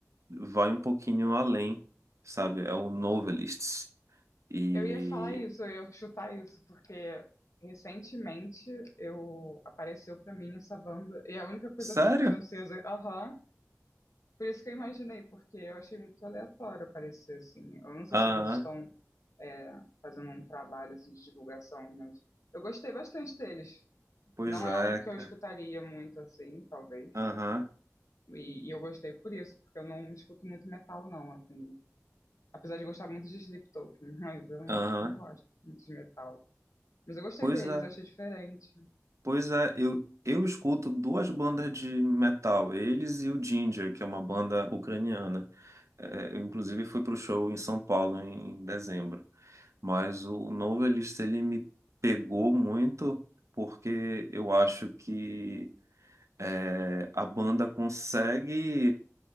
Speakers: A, on the right; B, on the left.
A: vai um pouquinho além, sabe? É o Novelists. E.
B: Eu ia falar isso, eu ia chutar isso, porque recentemente eu apareceu pra mim essa banda, e é a única coisa
A: Sério?
B: francesa, aham, Por isso que eu imaginei, porque eu achei muito aleatório aparecer assim. Eu não sei
A: Ah,
B: se eles estão é, fazendo um trabalho assim, de divulgação, mas eu gostei bastante deles.
A: pois
B: Não
A: é,
B: é algo que
A: cara.
B: eu escutaria muito assim, talvez.
A: Aham,
B: E, e eu gostei por isso, porque eu não escuto muito metal, não, assim. Apesar de gostar muito de Sleep <laughs> mas eu não,
A: aham.
B: não gosto muito de metal. Mas eu gostei
A: Pois
B: deles,
A: é,
B: eu achei diferente.
A: pois é. Eu, eu escuto duas bandas de metal, eles e o Ginger, que é uma banda ucraniana. É, eu, inclusive, fui pro show em São Paulo em dezembro. Mas o novo Elixir, ele me pegou muito porque eu acho que é, a banda consegue,